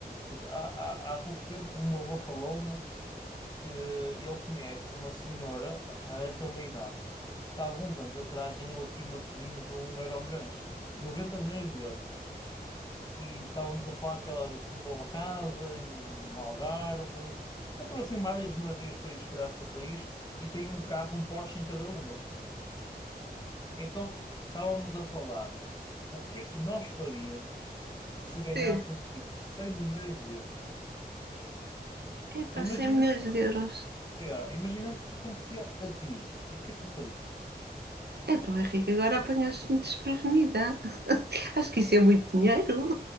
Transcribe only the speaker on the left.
portanto, há, há, há pouco tempo um meu avô falou-me que ele conhece uma senhora, pá, já deve ter uma idade, que há alguns anos atrás ganhou aqui em Matosinhos um Euromilhões, 90 milhões de euros. E estávamos a falar que ela comprou uma casa em no Algarve, comprou assim várias maravilhas para ir espalhar pelo país e tem um carro, um Porsche em cada uma. Então estávamos a falar o que é que nós faríamos se ganhássemos
tipo 100 milhões de euros.
Imaginando,
que- é, imaginando que te acontecia a ti, o que é que tu farias?